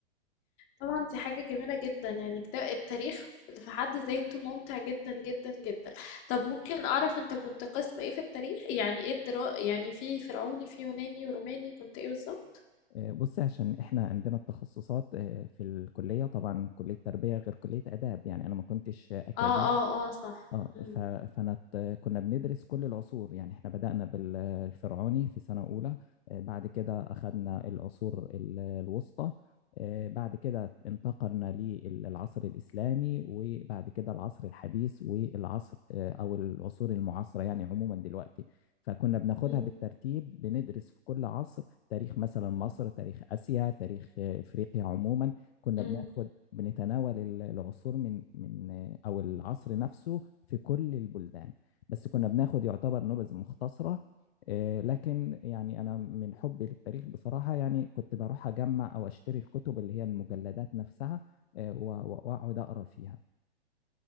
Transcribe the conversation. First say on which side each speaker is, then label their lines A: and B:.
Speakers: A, on the left; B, on the left.
A: طبعا دي حاجة جميلة جدا يعني كتاب التاريخ في حد ذاته ممتع جدا جدا جدا طب ممكن أعرف أنت كنت قسم إيه في التاريخ يعني إيه الدرا يعني في فرعوني في يوناني وروماني كنت إيه بالظبط
B: آه، بص عشان احنا عندنا التخصصات آه، في الكليه طبعا كليه تربيه غير كليه اداب يعني انا ما كنتش اكاديمي
A: آه آه آه صح
B: اه
A: أم،
B: ف... فانا ت- كنا بندرس كل العصور يعني احنا بدأنا بالفرعوني في سنة أولى آه، بعد كده أخذنا العصور ال- الوسطى آه، بعد كده انتقلنا للعصر الإسلامي وبعد كده العصر الحديث والعصر آه، أو العصور المعاصرة يعني عموما دلوقتي فكنا بناخدها
A: أم،
B: بالترتيب بندرس في كل عصر تاريخ مثلا مصر تاريخ آسيا تاريخ آه، إفريقيا عموما كنا
A: أم.
B: بناخد بنتناول ال- العصور من من او العصر نفسه في كل البلدان بس كنا بناخد يعتبر نبذ مختصرة آه، لكن يعني انا من حبي للتاريخ بصراحة يعني كنت بروح اجمع او اشتري الكتب اللي هي المجلدات نفسها آه، و- و- واقعد اقرا فيها